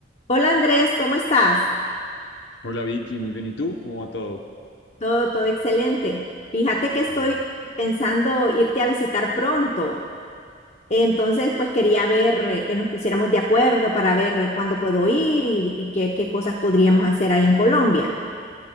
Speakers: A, on the left (about 35°); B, on the left (about 70°).
A: Hola Andrés, ¿cómo estás?
B: Hola Vicky, muy bien. ¿Y tú? ¿Cómo va todo?
A: Todo, todo excelente. Fíjate que
B: Qué
A: estoy
B: bueno.
A: pensando irte a visitar pronto. Entonces, pues quería ver eh, que nos pusiéramos de acuerdo para ver eh, cuándo puedo ir y, y qué, qué cosas podríamos hacer ahí en Colombia.